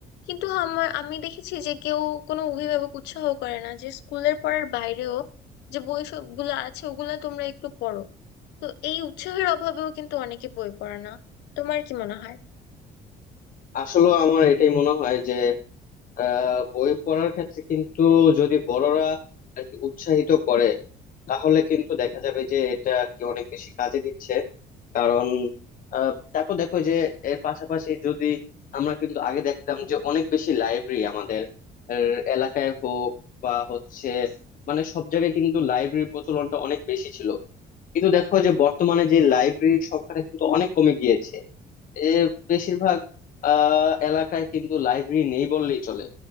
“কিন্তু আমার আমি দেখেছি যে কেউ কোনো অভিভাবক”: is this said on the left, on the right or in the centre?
Left